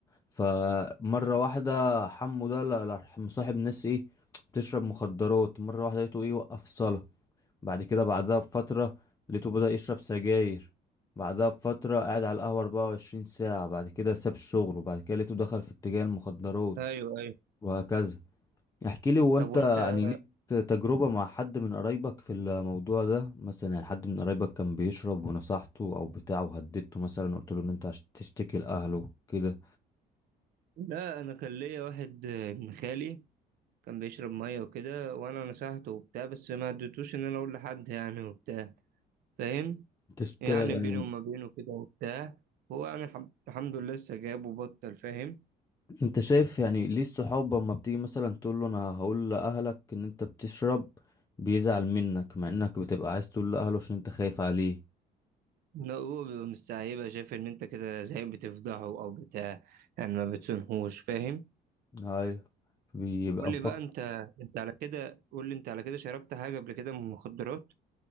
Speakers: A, on the left; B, on the right.
A: فمرة واحدة حمو ده لا- لا، مصاحب ناس ايه بتشرب مخدرات مرة واحدة لقيته ايه وقف صلاة بعد كده بعدها بفترة لقيته بدأ يشرب سجاير بعدها بفترة قاعد على القهوة 24 ساعة بعد كده ساب الشغل وبعد كده لقيته دخل في اتجاه المخدرات
B: ايوه ايوه
A: وهكذا احكي لي هو انت
B: طب وانت
A: يعني ليك تجربة مع حد من قرايبك في الموضوع ده مثلا يعني حد من قرايبك كان بيشرب ونصحته او بتاعه وهددته مثلا قلت له ان انت هتشتكي لأهله كده
B: لا انا كان ليا واحد آه، ابن خالي كان بيشرب ميه وكده وانا نصحته وبتاع بس ما اديتوش ان انا اقول لحد يعني وبتاع فاهم
A: تشت...
B: يعني
A: يعني
B: بيني وما بينه كده وبتاع هو يعني الحم- الحمد لله لسه جاب وبطل فاهم
A: انت شايف يعني ليه الصحاب اما بتيجي مثلا تقول له انا هقول لاهلك ان انت بتشرب بيزعل منك مع انك بتبقى عايز تقول لاهله عشان انت خايف عليه
B: لا هو بيبقى مستعيبة شايف إن أنت كده زي بتفضحه أو بتاع يعني ما بتسنهوش فاهم
A: ايوه بيبقى
B: قول
A: مفكر
B: لي بقى أنت أنت على كده قول لي أنت على كده شربت حاجة قبل كده من المخدرات